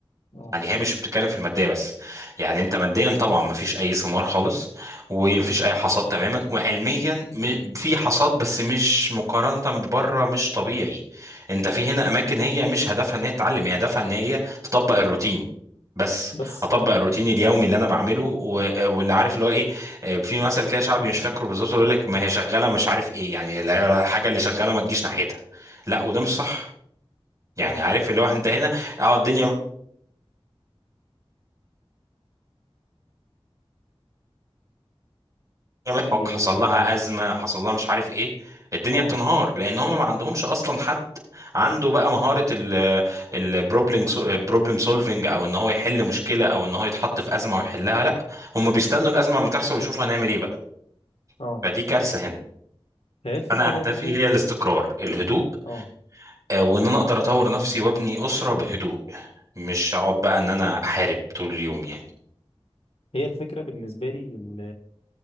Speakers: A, on the left; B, on the right.
A: اه
B: يعني هي مش بتتكلم في الماديه بس يعني انت ماديا طبعا مفيش اي ثمار خالص ومفيش اي حصاد تماما وعلميا م- في حصاد بس مش مقارنه ببره مش طبيعي انت في هنا اماكن هي مش هدفها ان هي تتعلم هي هدفها ان هي تطبق الروتين بس
A: بس
B: اطبق
A: اه
B: الروتين اليومي اللي انا بعمله و- واللي عارف اللي هو ايه آه، في مثل كده شعبي مش فاكره بالظبط اللي يقول لك ما هي شغاله مش عارف ايه يعني الحاجه اللي شغاله ما تجيش ناحيتها لا وده مش صح يعني
A: اه
B: عارف اللي هو انت هنا اه الدنيا كمان
A: في-
B: حق- حصل
A: اه
B: لها ازمه حصل لها مش عارف ايه الدنيا
A: اه
B: بتنهار لان هم ما عندهمش اصلا حد عنده بقى مهاره البروبلم بروبلم سولفنج او ان هو يحل مشكله او ان هو يتحط في ازمه ويحلها لا هم بيستنوا الازمه لما تحصل ويشوفوا هنعمل ايه بقى
A: آه.
B: فدي كارثه هنا
A: فهي الفكره
B: انا
A: برضو
B: اهدافي هي الاستقرار الهدوء
A: اه
B: آه، وان انا اقدر اطور نفسي وابني اسره بهدوء مش اقعد بقى ان انا احارب طول اليوم يعني
A: هي الفكرة بالنسبة لي إن